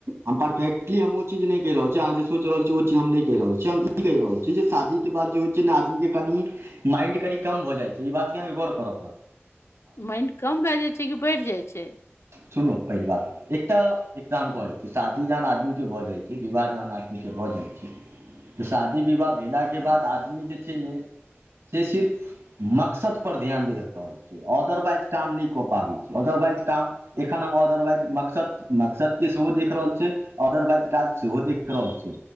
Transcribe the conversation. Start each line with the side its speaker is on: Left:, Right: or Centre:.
Right: हम परफेक्टली हम ओ चीज नहि कहि रहल छी अहाँ जे सोच रहल छियै ओ चीज हम नहि कहि रहल छियै हम ओही कहि रहल छी जे शादी के बाद जे होइ छै न आदमी के कनि माइंड कनि कम भऽ जाइ छै ई बातके अहाँके गौर करय पड़त
Left: माइंड कम भए जाइ छै कि बढ़ि जाइ छै
Right: सुनू पहिल बात एकटा इक्जाम पल शादी जहन आदमीके भऽ जाय छै विवाह जहन आदमीके भऽ जाय छै तऽ शादी विवाह भेलाके बाद आदमी जे छै ने से सिर्फ मक़सद पर ध्यान दे रहल छै ऑदरवाइज काम नहि क पाबै छै ऑदरवाइज काम एखन हम ऑदरवाइज मक़सद मक़सद के सेहो देख रहल छियै ऑदरवाइज काज सेहो देख देख रहल छी